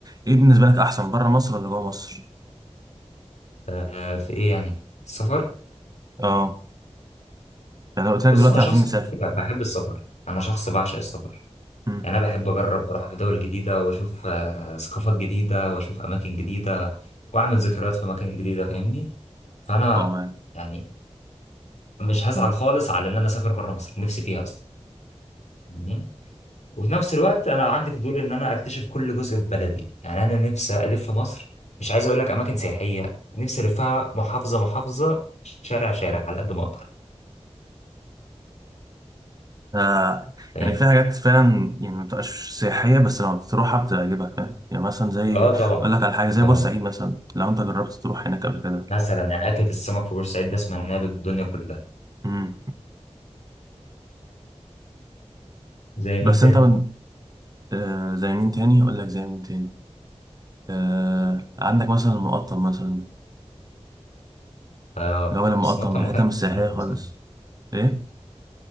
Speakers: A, on the right (about 35°); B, on the left (about 85°).
A: إيه بالنسبة لك أحسن بره مصر ولا جوه مصر؟
B: آه، في ايه يعني السفر
A: اه يعني لو قلت لك
B: بص
A: دلوقتي
B: انا شخص
A: عاوزين نسافر
B: بحب السفر انا شخص بعشق السفر
A: مم.
B: يعني انا بحب اجرب اروح دول جديده واشوف آه، ثقافات جديده واشوف اماكن جديده واعمل ذكريات في اماكن جديده فاهمني فانا
A: اه معاك
B: يعني مش هزعل
A: مم.
B: خالص على ان انا اسافر بره مصر نفسي فيها اصلا فاهمني؟ وفي نفس الوقت انا عندي فضول ان انا اكتشف كل جزء في بلدي يعني انا نفسي الف مصر مش عايز اقول لك اماكن سياحيه نفسي الفها محافظه محافظه شارع شارع على قد ما اقدر
A: آه.
B: فاهم
A: يعني في حاجات فعلا يعني ما بتبقاش سياحية بس لما بتروحها بتعجبك فاهم يعني مثلا زي
B: اه طبعا
A: أقول لك على حاجة زي
B: طبعا
A: بورسعيد مثلا لو أنت جربت تروح هناك قبل كده
B: مثلا يعني أكلة السمك في بورسعيد ده سمعناها بالدنيا كلها
A: مم.
B: زي مين
A: بس
B: تاني؟
A: أنت من آه زي مين تاني؟ أقول لك زي مين تاني آه عندك مثلا المقطم مثلا
B: آه
A: جبل المقطم
B: بس مطعم
A: هي
B: مكان
A: حتة مش سياحية
B: جميل
A: خالص
B: بصراحة
A: ايه